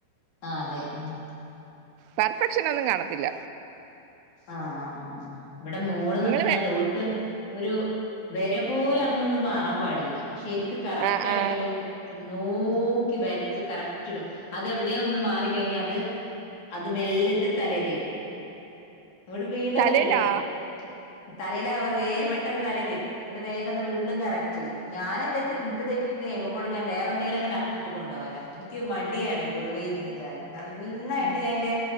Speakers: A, on the left (about 50°); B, on the right (about 85°).
A: ആഹ് അതെ ആഹ്.
B: പെർഫെക്ഷനൊന്നും കാണത്തില്ല.
A: ആഹ് ആഹ് ആഹ് ആ. ഇവിടെ മോള്
B: നിങ്ങള്
A: നന്നായിട്ട്
B: വേ-
A: ഓൾക്ക് ഒരു വരെ പോലും അങ്ങിങ്ങു മാറാൻ പാടില്ല. ശരിക്ക് കറക്റ്റ്
B: ആ
A: ആയിട്ട്
B: ആ
A: നോ ഓക്കി വരച്ച് കറക്റ്റ് ഇടും. അതെവിടെയോ ഒന്ന് മാറിക്കഴിഞ്ഞാ അത് അത് മെല്ല ഇടുത്തൊരു തലയെ തേക്കും. ഇവിടെ വീണ്ടത്
B: തലയിലാ
A: റെഡിയാക്കും. തലേലാവേ പെട്ടന്ന് തലേതേക്കും ന്നിട്ട് വേഗം അത്‌ വീണ്ടും കറക്ട് ചെയ്യും ഞാനെന്തേച്ചൽ ൻക്ക് തെറ്റിട്ട്ണ്ടേഅയ്മക്കൂടെ വേറെന്തങ്കിലുമാക്കെണ്ടാക്കിട്ട് കൊണ്ടോകലാ ക്ക് മടിയാണ് പൊതുവേ ഇരുന്നിടാന് നന്നായിട്ട്
B: ആ
A: ഞാൻ എന്റെ